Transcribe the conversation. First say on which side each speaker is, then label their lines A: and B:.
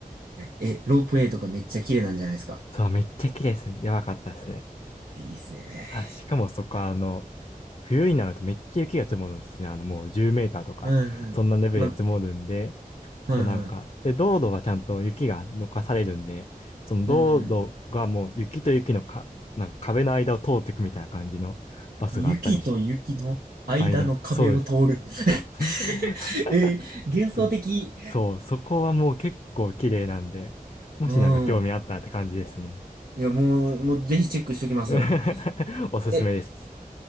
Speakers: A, on the right (about 90°); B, on the left (about 40°).
A: え、ロープウェイとかめっちゃ綺麗なんじゃないですか。
B: そう、めっちゃ綺麗です。やばかったですね。
A: いいっすね。
B: あ、しかもそこはあの、冬になるとめっちゃ雪が積もるんですね。あの、もう10メーターとか、
A: うんうん。
B: そんなレベルで積もるんで、
A: ま、はいはい。
B: そうなんか、で、道路はちゃんと雪が残かされるんで、その道路がもう雪と雪のか、
A: うん。
B: なんか壁の間を通っていくみたいな感じのバスがあったりし、
A: 雪と雪の間の壁を通る。
B: 間、そうです。
A: <laughs>
B: <laughs>
A: えー、幻想的。
B: そそう、そこはもう結構綺麗なんで、もしなんか興味あったらって感じですね。
A: うん。いや、もう、もうぜひチェックしときますよ。
B: <laughs> おすすめです。
A: え、